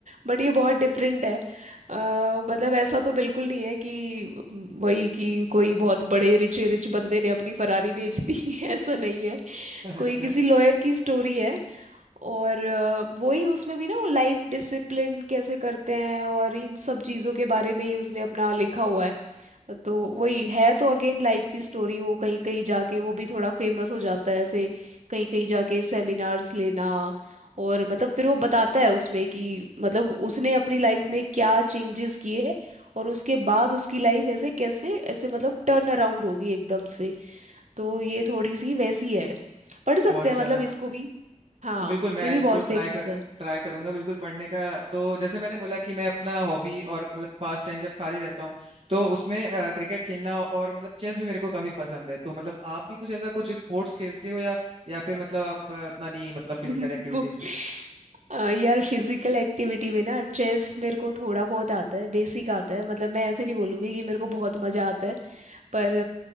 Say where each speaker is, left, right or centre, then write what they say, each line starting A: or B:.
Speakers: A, on the right; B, on the right.
A: बट ये बहुत डिफरेंट है अ, मतलब ऐसा तो बिल्कुल नहीं है कि वही कि कोई बहुत बड़े रिच रिच बंदे ने अपनी फरारी बेच दी <laughs> ऐसा नहीं है
B: अच्छा
A: कोई किसी लॉयर की स्टोरी है और अ, वही उसमें भी ना वो लाइफ डिसिप्लिन कैसे करते हैं और इन सब चीज़ों के बारे में ही उसने अपना लिखा हुआ है तो वही है तो अगेन लाइफ की स्टोरी वो कहीं कहीं जाके वो भी थोड़ा फेमस हो जाता है ऐसे कहीं कहीं जाके सेमिनार्स लेना और मतलब फिर वो बताता है उसमें कि मतलब उसने अपनी लाइफ में क्या चेंजेस किए और उसके बाद उसकी लाइफ ऐसे कैसे ऐसे मतलब टर्न अराउंड होगी एकदम से तो ये थोड़ी सी वैसी है पढ़ सकते
B: वो अच्छा
A: हैं मतलब इसको भी हाँ
B: तो बिल्कुल मैं
A: ये भी
B: इसको
A: बहुत
B: ट्राई
A: फेमस
B: कर
A: है
B: ट्राई करूंगा बिल्कुल पढ़ने का तो जैसे मैंने बोला कि मैं अपना हॉबी और मतलब पास टाइम जब खाली रहता हूँ तो उसमें अ, क्रिकेट खेलना और मतलब चेस भी मेरे को काफी पसंद है तो मतलब आप भी कुछ ऐसा कुछ स्पोर्ट्स खेलते हो या या फिर मतलब आप अ, उतना नहीं मतलब फिजिकल
A: <laughs>
B: एक्टिविटीज
A: बुक
B: में
A: अ, यार फिजिकल एक्टिविटी में ना चेस मेरे को थोड़ा बहुत आता है बेसिक आता है मतलब मैं ऐसे नहीं बोलूँगी कि मेरे को बहुत मज़ा आता है पर